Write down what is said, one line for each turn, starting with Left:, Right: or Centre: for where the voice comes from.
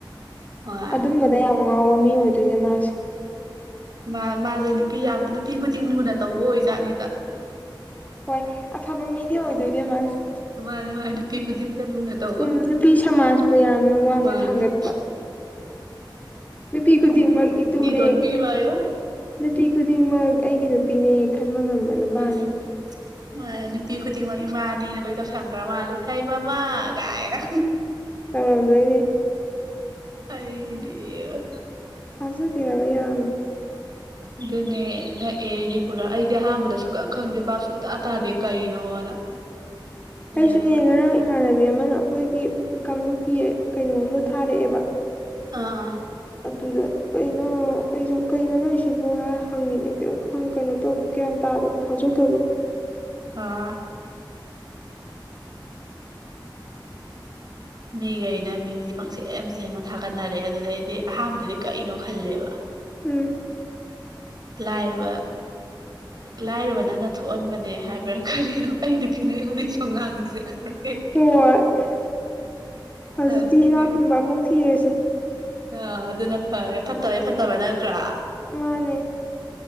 Right: ꯍꯣꯏ
Left: ꯑꯗꯨꯝꯕꯗ ꯌꯥꯝ ꯉꯥꯎꯕ ꯃꯤ ꯑꯣꯏꯗꯣꯏꯅꯦ ꯃꯥꯁꯦ
Right: ꯃꯥ ꯃꯥꯁꯦ ꯅꯨꯄꯤ ꯌꯥꯝ ꯅꯨꯄꯤ ꯈꯨꯗꯤꯡ ꯂꯨꯅ ꯇꯧꯕ ꯑꯣꯏꯖꯥꯠꯅꯤꯗ
Left: ꯍꯣꯏ ꯑꯐꯕ ꯃꯤꯗꯤ ꯑꯣꯏꯗꯣꯏꯅꯦ ꯃꯥꯁꯦ
Right: ꯃꯥꯅꯦ ꯃꯥ ꯅꯨꯄꯤ ꯈꯨꯗꯤꯟꯗ ꯂꯨꯅ ꯇꯧꯕ
Left: ꯎꯝ ꯅꯨꯄꯤ ꯁꯃꯥꯖꯄꯨ ꯌꯥꯝꯅ ꯋꯥꯡꯅ
Right: ꯃꯥꯅꯤ
Left: ꯊꯥꯡꯒꯠꯄ
Right: <inaudible>
Left: ꯅꯨꯄꯤ ꯈꯨꯗꯤꯡꯃꯛ ꯏꯇꯨꯅꯦ
Right: ꯂꯣꯟꯕꯤꯕ ꯌꯣ
Left: ꯅꯨꯄꯤ ꯈꯨꯗꯤꯡꯃꯛ ꯑꯩꯒꯤ ꯅꯨꯄꯤꯅꯦ ꯈꯟꯕ ꯉꯝꯕ ꯅꯨꯄꯥꯅꯦ
Right: ꯑꯁ ꯅꯨꯄꯤ ꯈꯨꯗꯤꯡꯃꯛ ꯏꯃꯥ ꯑꯅꯤꯅ ꯂꯣꯏ ꯇꯧꯁꯟꯈ꯭ꯔ ꯃꯥꯜꯂꯦ ꯍꯩ ꯃꯃꯥ ꯀꯥꯏꯔ
Left: ꯇꯧꯔꯝꯗꯣꯏꯅꯦ
Right: ꯑꯩꯗ
Left: ꯊꯥꯖꯗꯦ ꯍꯥꯏꯕ ꯌꯥꯝꯅ
Right: ꯑꯗꯨꯅꯦ ꯉꯛꯑꯦ ꯑꯩꯗꯤ ꯄꯨꯔꯥ ꯑꯩꯗꯤ ꯑꯍꯥꯟꯕꯗ ꯁꯨꯀꯪ ꯈꯪꯗꯦ ꯕꯥꯞ ꯁꯨꯇꯥ ꯇꯥꯗꯦ ꯀꯩꯅꯣꯅ <inaudible>
Left: ꯑꯩꯁꯨꯅꯦ
Right: ꯑꯗꯨꯒ
Left: ꯉꯔꯥꯡ ꯏꯃꯥꯟꯅꯕꯤ ꯑꯃꯅ ꯑꯩꯈꯣꯏꯒꯤ ꯀꯥꯡꯂꯨꯞꯀꯤ ꯀꯩꯅꯣꯝꯗ ꯊꯥꯔꯛꯑꯦꯕ
Right: ꯑꯥ
Left: ꯑꯗꯨꯗ ꯀꯩꯅꯣ ꯑꯩꯁꯨ ꯀꯩꯅꯣ ꯅꯣꯏ ꯁꯤꯕ ꯍꯪꯉꯤꯅꯦ ꯀꯩꯝ ꯈꯪ ꯀꯩꯅꯣ ꯇꯧ ꯒ꯭ꯌꯥꯟ ꯇꯧ ꯇꯥ ꯊꯥꯖ ꯇꯕꯣ
Right: ꯑꯥ ꯃꯤꯈꯩꯅ ꯃꯤꯜꯁ ꯄꯪ ꯁꯦꯝꯦ ꯁꯦꯝꯃ ꯊꯥꯒꯠꯅꯔꯛꯑꯦ ꯑꯗꯨꯗꯩꯗꯤ ꯑꯍꯥꯟꯕꯗꯗꯤ ꯀꯩꯅꯣ ꯈꯜꯂꯦꯕ
Left: ꯎꯝ
Right: ꯂꯥꯢꯔꯕ ꯂꯥꯏꯔꯕ ꯅꯪꯅ ꯊꯣꯛꯍꯟꯕꯅꯦ ꯍꯥꯏꯕ ꯀꯔꯤꯅꯣ ꯑꯩꯅ ꯐꯤꯅꯕꯩ ꯁ ꯂꯥꯡꯉꯖꯦꯣꯏ
Left: ꯍꯣꯏ ꯍꯧꯖꯤꯛꯇꯤ
Right: ꯑꯗꯨꯒꯤ
Left: ꯏꯅꯥ ꯈꯨꯨꯟꯕ ꯑꯃꯨꯛ ꯊꯤꯔꯁꯦ
Right: ꯑꯥ ꯑꯗꯨꯅ ꯐꯔꯦ ꯐꯠꯇꯕꯩ ꯐꯠꯇꯕꯩ ꯅꯠꯇ꯭ꯔꯥ
Left: ꯃꯥꯅꯦ